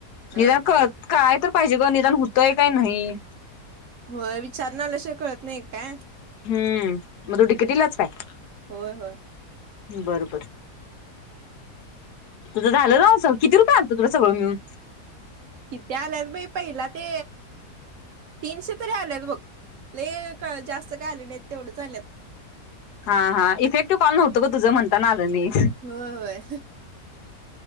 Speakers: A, on the left; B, on the right.
A: निदान
B: हा हा
A: काय <unintelligible> पाहिजे ग निदान होतय काही नाही.
B: होय विचारून आल्याशिवाय कळत नाही काय.
A: हम् मग तुडिकटलाच काय <unintelligible>
B: होय होय.
A: बर बर. तुझं झालं ना किती रुपये आणतो तुला सगळं मिळून
B: कितें आल्यात भाई पहिला ते तीनशे तरी आलेत बघ लय जास्त काय आले नाहीत तेवढच आलेत.
A: हा. हा. इफेक्टिव्ह कॉल नव्हतं ग. तुझं म्हणताना आलं नाही.
B: होय-होय.